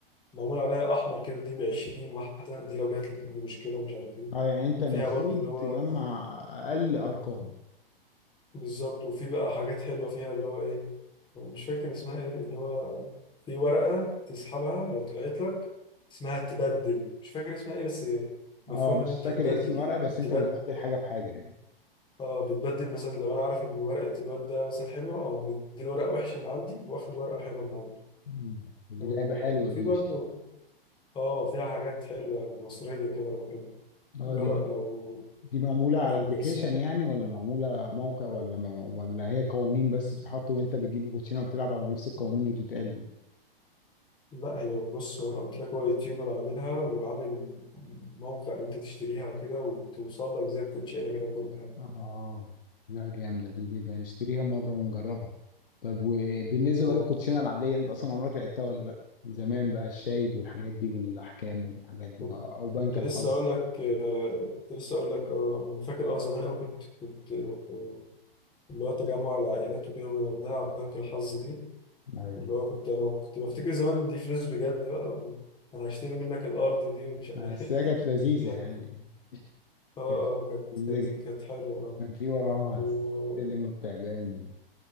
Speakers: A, on the left (about 15°); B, on the left (about 65°).
A: معمول عليها احمر كده دي ب 20 واحده دي لو جات لك دي مشكله ومش عارف ايه
B: اه يعني انت المفروض
A: فيها برضو اللي هو
B: تجمع اقل ارقام
A: بالظبط وفي بقى حاجات حلوه فيها اللي هو ايه مش فاكر اسمها ايه اللي هو في ورقة تسحبها لو طلعت لك اسمها تبدل مش فاكر اسمها ايه بس مفهوم
B: اه مش
A: ان انت
B: فاكر
A: تبدل
B: اسم الورقه
A: يعني
B: بس انت
A: تبدل
B: بتبدل حاجه بحاجه يعني
A: اه بتبدل مثلا لو انا عارف ان ورقة الواد ده مثلا حلوة او مديني ورقة وحشة من عندي واخد ورقة حلوة من عنده
B: مم. دي
A: و-
B: لعبه حلوه
A: وفي
B: دي
A: برضه اه فيها حاجات حلوة مصرية كده وحلوة
B: اه
A: جرأت
B: دي دي
A: لو
B: دي معموله
A: جامدة
B: على ابلكيشن
A: الصراحة
B: يعني ولا معموله موقع ولا ما ولا هي قوانين بس بتحط وانت بتجيب الكوتشينه وبتلعب على نفس القوانين اللي بتتقال دي
A: لا هي بص هو انا قلت لك هو يوتيوبر عاملها وعامل موقع انت تشتريها وكده وتوصل لك زي الكوتشينه كده كل حاجة
B: اه لا جامده دي دي بقى نشتريها مره ونجربها طب وبالنسبه
A: ما
B: بقى للكوتشينه العاديه انت اصلا عمرك لعبتها ولا لا زمان بقى الشايب والحاجات دي والاحكام والحاجات دي
A: كنت
B: او بنك
A: كنت لسه
B: الحظ
A: اقول لك آه، كنت لسه اقول لك اه انا فاكر اه زمان قوي كنت كنت آه، اللي هو تجمع العائلات وكده كنا بنلعب بنك الحظ دي
B: ايوه
A: اللي هو كنت انا كنت بفتكر زمان دي فلوس بجد بقى وانا هشتري منك الارض دي ومش عارف
B: بس
A: إيه.
B: هي
A: <laughs>
B: كانت لذيذه
A: الحاجات
B: يعني
A: اه
B: كانت
A: اه كانت
B: لذيذه
A: كانت كانت حلوه اه
B: كان في وراها
A: و-
B: السلم والتعبان